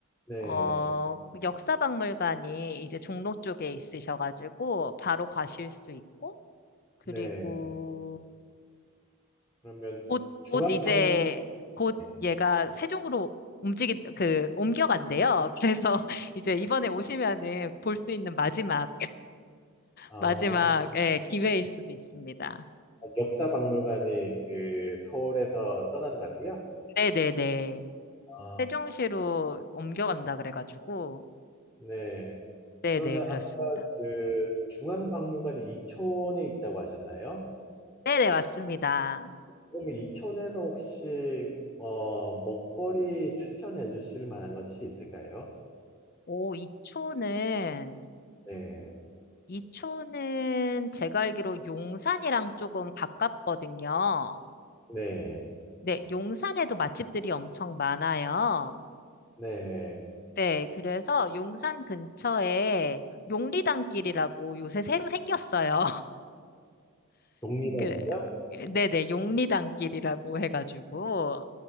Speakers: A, on the left; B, on the left.
A: 네,
B: 어, 역사박물관이 이제 종로 쪽에 있으셔가지고, 바로 가실 수 있고, 그리고
A: 네. 그러면
B: 곧,
A: 중앙박물관,
B: 곧 이제, 곧
A: 네.
B: 얘가 세종으로 움직 그, 옮겨간대요. 그래서 <laughs> 이제 이번에 오시면은 볼 수 있는 마지막
A: 아,
B: 마지막, 예, 기회일 수도 있습니다.
A: 역사박물관이 그 서울에서 떠난다고요?
B: 네네네.
A: 아,
B: 세종시로 옮겨간다 그래가지고.
A: 네.
B: 네네,
A: 그러면
B: 그렇습니다.
A: 아까 그 중앙박물관이 이촌에 있다고 하셨나요?
B: 네네, 맞습니다.
A: 그럼 이천에서 혹시 어, 먹거리 추천해 주실 만한 것이 있을까요?
B: 오, 이초는,
A: 네,
B: 이초는 제가 알기로 용산이랑 조금 가깝거든요.
A: 네,
B: 네, 용산에도 맛집들이 엄청 많아요.
A: 네.
B: 네, 그래서 용산 근처에 용리단길이라고 요새 새로 생겼어요.
A: 독립원이요?
B: 그래. 네네, 용리단길이라고 해가지고.